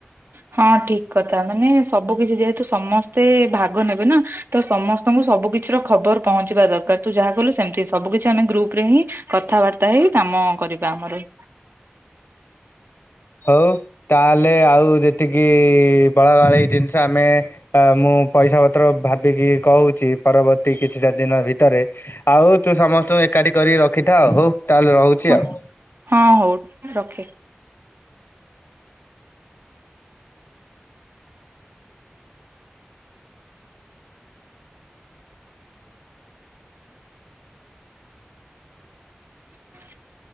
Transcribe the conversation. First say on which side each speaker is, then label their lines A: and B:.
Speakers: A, on the right; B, on the left.
A: ହଁ ଠିକ କଥା ମାନେ ସବୁ କିଛି ଯେହେତୁ ସମସ୍ତେ ଭାଗ ନେବେ ନା ତ ସମ ତାଙ୍କୁ ସବୁ କିିଛି ର ଖବର ପହଞ୍ଚିବା ଦରକାର ତୁ ଯାହା କଲୁ ସେମିତି ସବୁ କିିଛି ଆମେ ଗ୍ରୁପରେ ହିଁ। କଥାବାର୍ତ୍ତା ହେଇ କାମ କରିବା ଆମର।
B: ହଉ ତାହେଲେ ଆଉ ଯେତିକି ବଳା ଭଳି ଜିନିଷ ଆମେ। ଆ ମୁଁ ପଇସା ପତ୍ର ଭାବିକି କହୁଛି ପରବର୍ତ୍ତୀ କିଛିଟା ଦିନ ଭିତରେ ଆଉ ତୁ ସମସ୍ତଙ୍କୁ ଏକାଠି କରିକି ରଖିଥା ହଉ ତାହେଲେ ରହୁଛି
A: ହଁ
B: ଆଉ।
A: ହଁ ହଉ ରଖେ। <unintelligible>